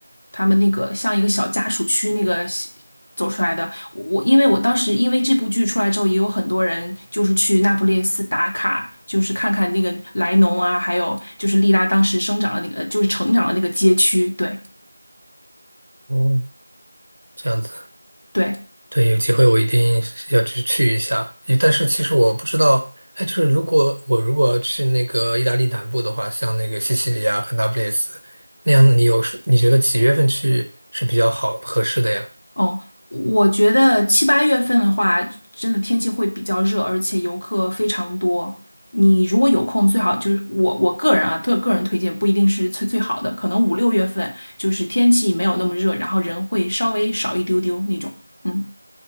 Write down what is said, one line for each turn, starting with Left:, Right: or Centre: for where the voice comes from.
Left: 他们那个像一个小家属区那个西走出来的。我我因为我当时因为这部剧出来之后，也有很多人就是去那不列斯打卡，就是看看那个莱农啊，还有就是莉拉当时生长的那个，就是成长的那个街区。对
Right: 哦，这样子。
Left: 对，
Right: 对，有机会我一定是要去去一下。诶但是其实我不知道，哎，就是如果我如果去那个意大利南部的话，像那个西西里啊和那不勒斯那样，你有是你觉得几月份去是比较好合适的呀？
Left: 哦，我觉得七八月份的话，真的天气会比较热，而且游客非常多。你如果有空，最好就是我我个人啊，个个人推荐不一定是最最好的，可能五六月份就是天气没有那么热，然后人会稍微少一丢丢那种。嗯，